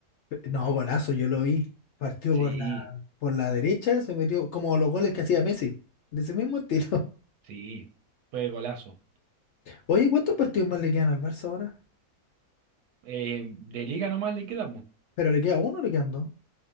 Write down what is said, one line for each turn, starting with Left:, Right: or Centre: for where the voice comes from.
Left: Pe- No, golazo, yo lo vi. Partió
Right: Sí,
Left: por la, por la derecha, se metió como los goles que hacía Messi, de ese mismo estilo. <laughs>
Right: sí, fue golazo.
Left: Oye, ¿cuántos partidos más le quedan al Barça ahora?
Right: Eh, de liga nomás le quedamos
Left: ¿Pero le queda uno o le quedan dos?